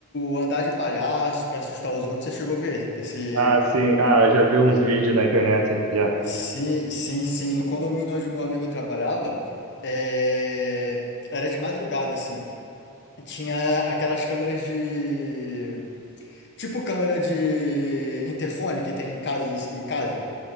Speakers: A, on the left; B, on the right.
A: andar de palhaço para assustar os outros, você chegou a ver esse...
B: Ah, sim. Ah, já vi uns vídeos na internet, já.
A: Sim, sim, sim, no condomínio onde meu amigo trabalhava, é, era de madrugada, assim. Tinha aquelas câmeras de Tipo câmera de interfone que tem em casa, em casa,